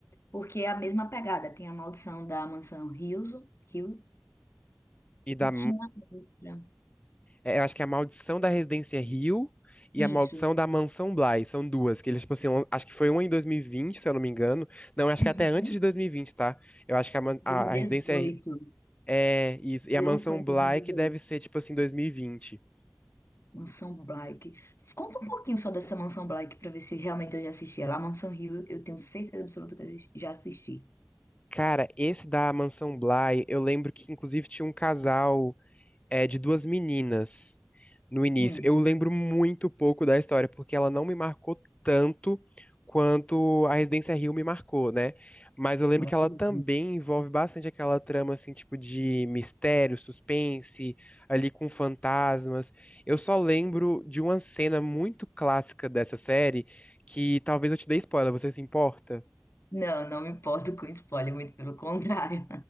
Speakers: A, on the left (about 65°); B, on the left (about 25°).
A: porque é a mesma pegada. Tem a Maldição da Mansão Hill, Hill
B: E
A: e
B: da.
A: tinha outra.
B: é, Eu acho que é a Maldição da Residência Rio e a Maldição
A: Isso.
B: da Mansão Bly. São duas, que eles, tipo assim, lan- acho que foi uma em 2020, se eu não me engano. Não, acho
A: Uhum.
B: que até antes de 2020, tá? Eu acho que a, man-
A: 2018.
B: a, a Residência é, é isso.
A: O
B: E
A: meu
B: a Mansão
A: foi em dois
B: Bly
A: mil e dezoito.
B: que deve ser, tipo assim, 2020.
A: Mansão Blyck. Conta um pouquinho só dessa Mansão Blyck pra ver se realmente eu já assisti ela. A Mansão Rio, eu tenho certeza absoluta que eu assis- já assisti.
B: Cara, esse da Mansão Bly, eu lembro que inclusive tinha um casal. é de duas meninas no início.
A: Hum,
B: Eu lembro muito pouco da história, porque ela não me marcou tanto quanto a Residência Hill me marcou, né? Mas eu lembro
A: maravilhoso.
B: que ela também envolve bastante aquela trama, assim, tipo de mistério, suspense, ali com fantasmas. Eu só lembro de uma cena muito clássica dessa série, que talvez eu te dê spoiler, você se importa?
A: Não, não me importo com spoiler, muito pelo contrário.